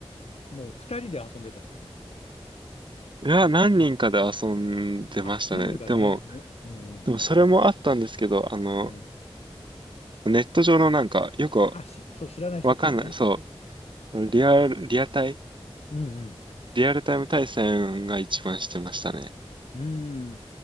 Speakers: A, on the left; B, on the right.
A: もう2人で遊んでたって感じですか
B: いや、何人かで遊んでましたね。
A: あ、何人かね、
B: でも、
A: う、うん、
B: でもそれもあったんですけど、あの、
A: うん、うん。
B: ネット上のなんか、よく
A: あ、し、そう、知らない人っていうかね。
B: わかんない、そう、リアル、リアタイ、
A: うん、
B: リアルタイム対戦が一番してましたね。
A: うん、う